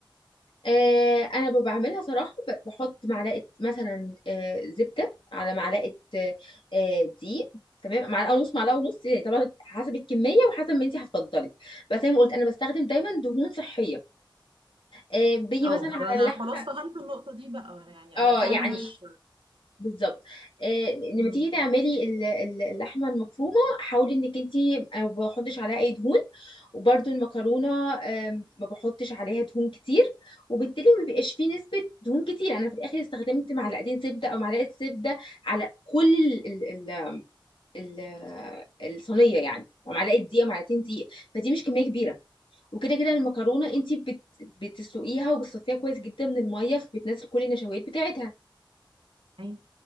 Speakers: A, on the left; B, on the right.
A: آه انا ب- بعملها صراحه ب- بحط معلقه مثلا آه زبده على معلقه آه آه، دقيق تمام معلقه ونص معلقه ونص يعني طبعا حسب الكميه وحسب ما انت هتفضلي بس زي ما قلت انا بستخدم دايما دهون صحيه آه بيجي
B: أه
A: مثلا على
B: أنا
A: اللحمه
B: بصي خلاص فهمت النقطة دي بقى يعني
A: اه
B: أنا فعلا
A: يعني
B: مش
A: بالظبط آه،
B: مم.
A: لما تيجي تعملي ال- ال- اللحمه المفرومه حاولي انك انت ما بحطش عليها اي دهون وبرده المكرونه آم، ما بحطش عليها دهون كتير وبالتالي ما بيبقاش فيه نسبه دهون كتير يعني انا في الاخر استخدمت معلقتين زبده او معلقه زبده على كل ال ال ال الصينيه يعني ومعلقه دقيق ومعلقتين دقيق فدي مش كميه كبيره وكده كده المكرونه انت بت بتسلقيها وبتصفيها كويس جدا من الميه فبتنزل كل النشويات بتاعتها
B: أيوة